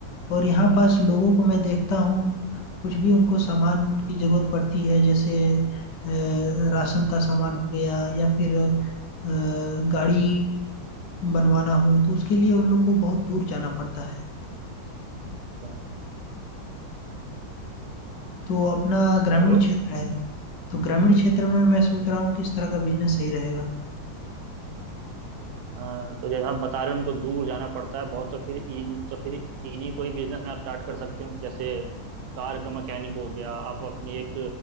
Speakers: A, on the left; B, on the right.
A: और यहाँ पास लोगों को मैं देखता हूँ कुछ भी उनको सामान की जरूरत पड़ती है जैसे अ, राशन का सामान हो गया या फिर अ, गाड़ी बनवाना हो तो उसके लिए उन लोग को बहुत दूर जाना पड़ता है
B: अच्छा
A: तो अपना ग्रामीण
B: हेलो
A: क्षेत्र है तो ग्रामीण क्षेत्र में मैं सोच रहा हूँ किस तरह का बिजनेस सही रहेगा
B: अ, तो जैसे आप बता रहे हो उनको दूर जाना पड़ता है बहुत तो फिर इन तो फिर इन्हीं कोई बिजनेस में आप स्टार्ट कर सकते हो जैसे कार का मैकेनिक हो गया आप अपनी एक